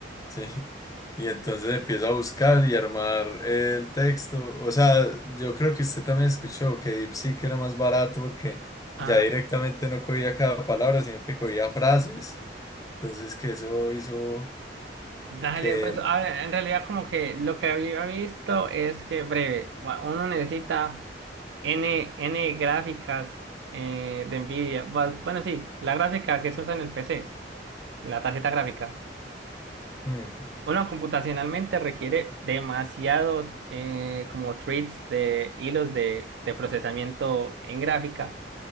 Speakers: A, on the left; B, on the right.
A: sí. <laughs> Y entonces empieza a buscar y armar el texto. O sea, yo creo que usted también escuchó que DeepSeek era más barato porque
B: Ah,
A: ya directamente no cogía cada palabra, sino que cogía frases. Entonces que eso hizo
B: dale,
A: que...
B: pues, a ver, en realidad como que lo que había visto es que breve, va, uno necesita N, N gráficas eh, de NVIDIA. Vas- Bueno, sí, la gráfica que se usa en el PC, la tarjeta gráfica.
A: mm,
B: Uno computacionalmente requiere demasiados eh, como threads de hilos de, de procesamiento en gráfica